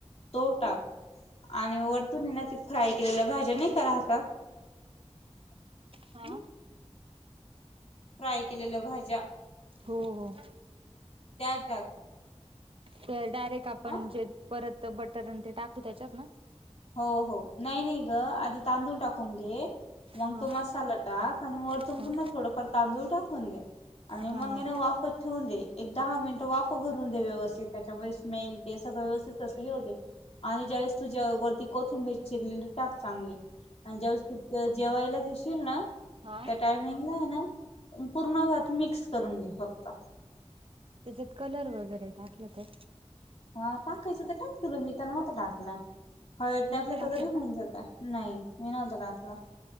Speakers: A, on the left; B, on the right.
A: तो टाक आणि वरतुन ना ते फ्राय केलेल्या भाज्या नाही का राहता <inaudible>
B: हा
A: फ्राय केलेलं भाज्या,
B: हो हो
A: त्या टाक.
B: तर डायरेक्ट आपण
A: हा
B: जे परत बटर ते टाकू त्याच्यात ना
A: हो हो नाही नाही ग आधी तांदूळ टाकून घे मग
B: हा
A: तो मसाला टाक आणि वरतून
B: हा
A: पुन्हा थोडं फार तांदूळ टाकून दे. आणि
B: हा
A: मग मी
B: हा
A: ना वाफ ठेवून दे एक दहा मिनिट वाफ भरून दे व्यवस्थित त्याच्यामध्ये स्मेल ते सगळं व्यवस्थित तसं हे होते आणि ज्यावेळेस तुझ्या कोथंबीर चिरलेली टाक चांगली आणि ज्यावेळेस तू जेवायला घेशील ना
B: हा.
A: त्या टायमिंगला आहे पूर्ण भात मिक्स करून घे फक्त.
B: त्याच्यात कलर वगैरे टाकलं तर
A: हा टाकायचं तर टाक तुला बी मी तर नव्हता टाकलाय हळद टाकले
B: नव्हता
A: का
B: टाकला
A: तरी होऊन जातय. नाही मी नव्हता टाकला.